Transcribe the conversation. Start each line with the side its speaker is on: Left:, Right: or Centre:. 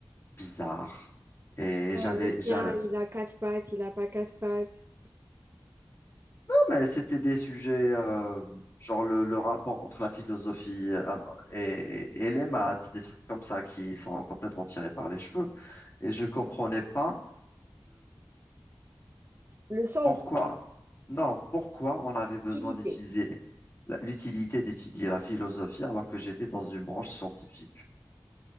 Left: bizarre. Et
Right: Ouais,
Left: j'avais,
Right: le chien,
Left: j'avais, non,
Right: il a quatre pattes, il a pas quatre pattes.
Left: mais c'était des sujets, euh, genre le, le rapport entre la philosophie euh, ah, et, et les maths, des trucs comme ça qui sont complètement tirés par les cheveux. Et je comprenais pas
Right: Le sens,
Left: Pourquoi? Non, pourquoi on avait besoin
Right: utilité.
Left: d'étudier la- l'utilité d'étudier la philosophie alors que j'étais dans une branche scientifique?